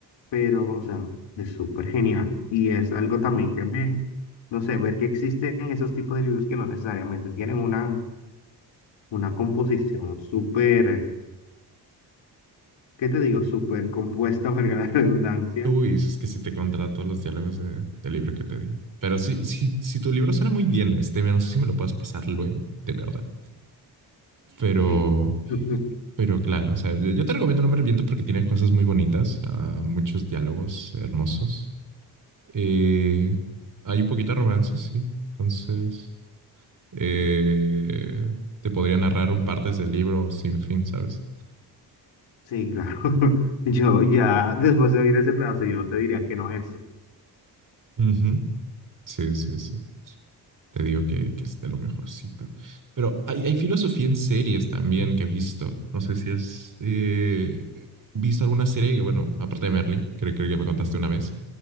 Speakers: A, on the left; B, on the right.
A: pero, o sea, es súper genial. Y es algo también que me, no sé, ver que existen esos tipos de libros que no necesariamente tienen una, una composición súper, ¿qué te digo? Súper compuesta, <laughs> valga la redundancia.
B: Uy, es que si te contara todos los diálogos de, del libro que te di. Pero sí, sí, si tu libro suena muy bien, este, no sé si me lo puedes pasar luego, de verdad. Pero,
A: Sí, <laughs>
B: pero claro, o sea, yo, yo te recomiendo No me reviento porque tiene cosas muy bonitas, ah, muchos diálogos hermosos. Eh, hay un poquito de romance, sí. Entonces, eh, te podría narrar un partes del libro sin fin, ¿sabes?
A: sí, claro. <laughs> Yo ya, después de oír ese pedazo, yo no te diría que no es eso.
B: Ujú. Sí, sí, sí. Te digo que, que es de lo mejorcito. Pero hay, hay filosofía en series también que he visto. No sé si has eh, visto alguna serie que, bueno, aparte de Merly, creo, creo que me contaste una vez,